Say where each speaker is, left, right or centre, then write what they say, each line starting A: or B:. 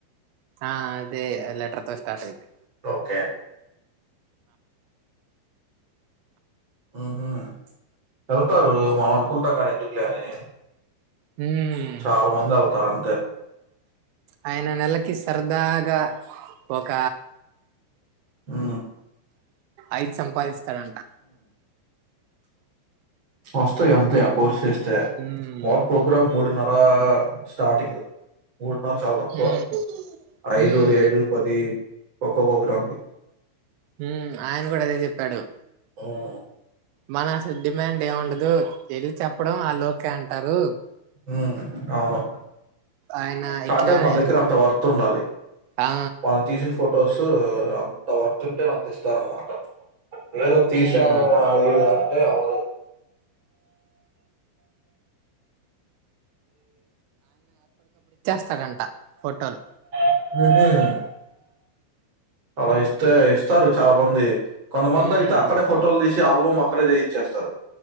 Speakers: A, on the right; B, on the right.
A: ఆ అదే లెటర్ తో స్టార్ట్ అయిద్ది
B: ఓకే ఉహు వెళ్తారు మనం అనుకుంటాం కానీ ఎందుకులే అని
A: హ్మ్.
B: చాలా మంది వెళ్తారు అంతే
A: ఆయన నెలకి సరదాగా ఒక
B: హు
A: ఐదు సంపాదిస్తాడంట
B: వస్తయి అంతే ఆ కోర్స్ చేస్ తే
A: హ్మ్.
B: మా వాడు ప్రోగ్రామ్ మూడున్నర స్టార్టింగ్ మూ <unintelligible> చాల తక్కువ
A: హ్మ్. హ్మ్.
B: ఐదు ఏడు పది ఒక్కో ఒ గ్రాంకి
A: మ్ ఆయన కూడా అదే చెప్పాడు
B: ఉమ్
A: మన అసలు డిమాండ్ ఏముండదు వెళ్ళి చెప్పడం వాళ్ళు ఒకే అంటారు
B: మ్మ్ అవు
A: ఆయన
B: కాపోతే
A: ఇట్లానే
B: మన దగ్గర అంత వర్త్ ఉండాలి
A: ఆ!
B: మనం తీసిన ఫో ఫొటోస్ అంత వర్తుంటే నాంత ఇస్తార అనమాట ఏదో తీసానుదా
A: హ్మ్.
B: అదే అదు
A: స్త ఫోటోలు
B: మ్ హు అలా ఇస్తే ఇస్తారు చాలా మంది కొంతమంది
A: హ్మ్.
B: అయితే అక్కడే ఫోటోలు తీసి ఆల్బమ్ అక్కడ చేయిచ్చేస్తారు